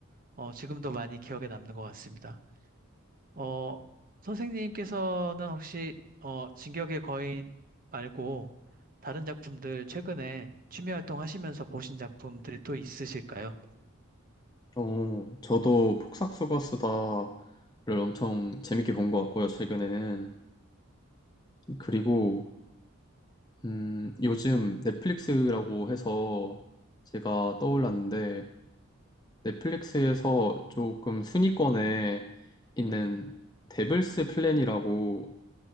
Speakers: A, on the right (about 40°); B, on the left (about 20°).
A: 어, 지금도 많이 기억에 남는 것 같습니다. 어, 선생님께서는 혹시 어, 진격의 거인 말고 다른 작품들 최근에 취미 활동하시면서 보신 작품들이 또 있으실까요?
B: 어, 저도 폭삭수가 수다를 엄청 재밌게 본 것 같고요, 최근에는. 그리고, 음, 요즘 넷플릭스라고 해서 제가 떠올랐는데, 넷플릭스에서 조금 순위권에 있는 데블스 플랜이라고